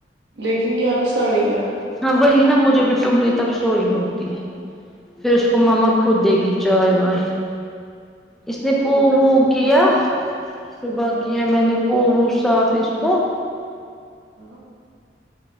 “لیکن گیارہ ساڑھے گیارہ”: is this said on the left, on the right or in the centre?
Right